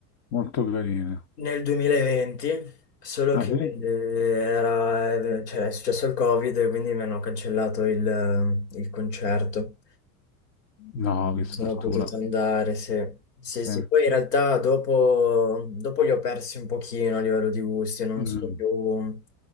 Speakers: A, on the left; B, on the left.
A: molto carina.
B: nel 2020, solo
A: Ah,
B: che
A: sì?
B: eh, era, eh, cioè, è successo il Covid, quindi mi hanno cancellato il, il concerto.
A: No, che sfortuna.
B: Sono potuto andare, sì. Sì,
A: Sì.
B: sì, poi in realtà dopo, dopo li ho persi un pochino a livello di gusti, e non
A: Mm,
B: sono più, non